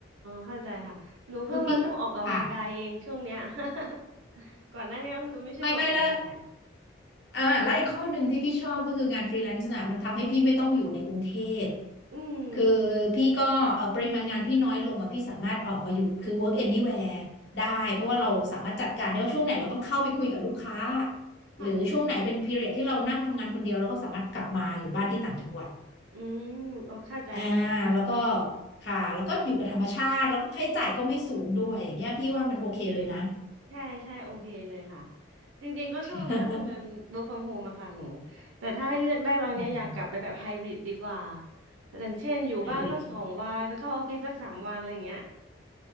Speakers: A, on the right (about 70°); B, on the left (about 55°).
A: เข้าใจค่ะ หนูเพิ่งมาเริ่มออกกำลังกายเองช่วงเนี้ย
B: คือพี่ค่ะ
A: <laughs> ก่อนหน้านี้ก็คือไม่ใช่คนออกกำลังกาย
B: ไม่ไม่ละอ่าและอีกข้อหนึ่งที่พี่ชอบก็คืองานฟรีแลนซ์นะมันทำให้พี่ไม่ต้องอยู่ในกรุงเทพ
A: อืม
B: คือพี่ก็เออปริมาณงานพี่น้อยลงอ่ะพี่สามารถออกมาอยู่คือ work anywhere ได้เพราะว่าเราสามารถจัดการได้ว่าช่วงไหนเราต้องเข้าไปคุยกับลูกค้า
A: ค่ะ
B: หรือช่วงไหนเป็น period ที่เรานั่งทำงานคนเดียวเราก็สามารถกลับมาอยู่บ้านที่ต่างจังหวัด
A: อืมโอเข้าใจค่ะ
B: อ่าแล้วก็ค่ะแล้วก็อยู่กับธรรมชาติแล้วก็ค่าใช้จ่ายก็ไม่สูงด้วยอย่างเงี้ยพี่ว่ามันโอเคเลยนะ
A: ใช่ใช่โอเคเลยค่ะ จริงๆก็ชอบนะทำงาน
B: <laughs>
A: work from home อะค่ะหนู แต่ถ้าให้เลือกได้ตอนเนี้ยอยากกลับไปแบบไฮบริดดีกว่า
B: อืม
A: อย่างเช่นอยู่บ้านสักสองวันเข้าออฟฟิศสักสามวันอะไรอย่างเงี้ย
B: ไฮบริดใช่ไหม